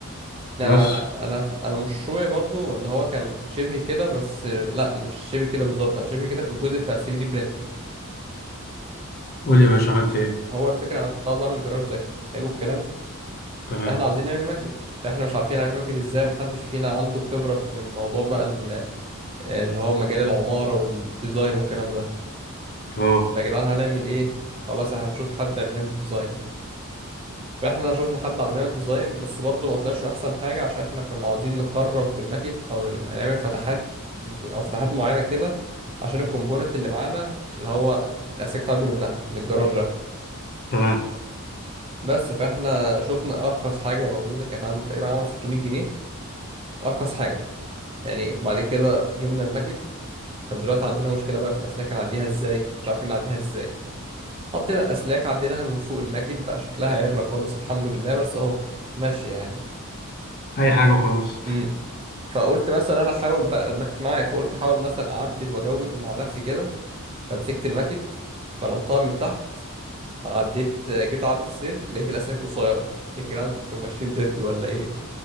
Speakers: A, on the right; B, on the left.
A: يعني
B: بس
A: انا انا انا مشروعي برضو اللي هو كان شبه كده بس لا مش شبه كده بالظبط انا شبه كده في الجزء بتاع 3D printing
B: قول يا باشا عملت ايه
A: هو الفكرة أنا كنت عاوز أعمل جراج ذكي حلو الكلام
B: تمام
A: إحنا عاوزين نعمل ماكت إحنا مش عارفين نعمل ماكت إزاي محدش فينا عنده خبرة في الموضوع بقى ال- اللي هو مجال العمارة والديزاين والكلام ده
B: اه
A: فيا جدعان هنعمل إيه خلاص إحنا هنشوف حد يعمل لنا الديزاين فإحنا شوفنا حد عمل لنا الديزاين بس برضه ما طلعش أحسن حاجة عشان إحنا كنا عاوزين نخرم في الماكت أو نبقى نعمل فتحات أو فتحات معينة كده عشان الكومبوننت اللي معانا اللي هو الأسلاك تعدي منها من الجراج ده
B: تمام
A: بس فاحنا شفنا ارخص حاجه موجوده كانت عامل تقريبا عامل 600 جنيه ارخص حاجه يعني بعد كده جبنا الماكت طب دلوقتي عندنا مشكله بقى في الاسلاك هنعديها ازاي مش عارفين نعديها ازاي حطينا الاسلاك عديناها من فوق الماكت بقى شكلها عره خالص الحمد لله بس اهو ماشي يعني
B: أي حاجة وخلاص
A: امم فقلت مثلا انا احاول بقى الماكت معايا فقلت احاول مثلا اعدل واجود مع نفسي كده فمسكت الماكت فرمتها من تحت عديت جيت اعدي السلك لقيت الاسلاك قصيره <laughs> يا جدعان انتوا ماشيين ضدي ولا ايه